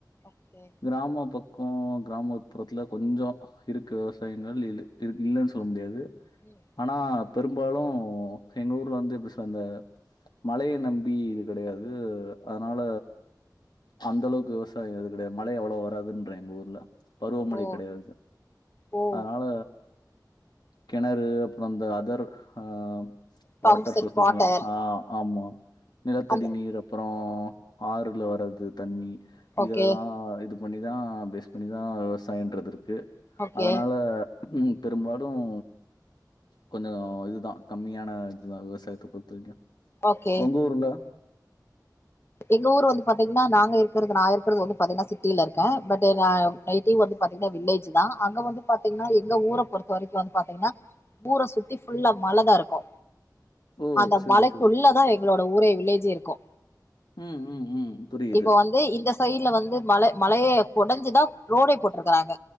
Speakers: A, on the left (about 35°); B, on the left (about 75°).
A: ஒகே
B: கிராம பக்கம் கிராமப்புறத்துல கொஞ்ச இருக்கு விவசாயங்கள் இல் இருக் இல்லன்னு சொல்ல முடியாது
A: ம்
B: ஆனா பெரும்பாலும் எங்க ஊர்ல வந்து இப்டி சந்த மழைய நம்பி இது கடையாது அதனால அந்த அளவுக்கு விவசாயம் எது கடயாது மழ அவ்ளவு வராதுன்ற எங்க ஊர்ல பருவமழை
A: ஓ
B: கடயாதுச்
A: ஓ
B: அதனால கிணறு அப்ரோ அந்த அதர் ஆ
A: பம்ப்
B: வாட்டர்
A: செட்
B: சோர்சஸ்லா
A: வாட்டர்
B: ஆ ஆமா நிலத்தடி
A: அந்த
B: நீர் அப் பறம் ஆறுல வர்து தண்ணி
A: ஓகே
B: இதெல்லா இது பண்ணிதா பேஸ் பண்ணிதா விவசாயன்றது இருக்கு
A: ஓகே
B: அதனால உம் பெரும்பாலும் கொஞ்சம் இதுதா கம்மியான இதுதா விவசாயத்த பொருத்த வரைக்கு
A: ஓகே
B: உங்க ஊர்ல
A: எங்க ஊர் வந்து பாத்தீங்கன்னா நாங்க இருக்கறது நா இருக்கறது வந்து பாத்தீங்கன்னா சிட்டில இருக்கேன் பட் நேடிவ் வந்து பாத்தீங்கன்னா வில்லேஜ் தா அங்க வந்து பாத்தீங்கன்னா எங்க ஊர பொறுத்த வரைக்கு வந்து பாத்தீங்கன்னா ஊர சுத்தி ஃபுல்லா மலதா இருக்கு
B: ஓ!
A: அந்த
B: சரி,
A: மலைக்குள்ளதா
B: சரி.
A: எங்களோட ஊரே வில்லேஜே இருக்கூ
B: ம் ம் ம் புரியுது.
A: இப்ப வந்து இந்த சைட்ல வந்து மல மலய கொடஞ்சுதா ரோடே போட்டிருக்கறாங்க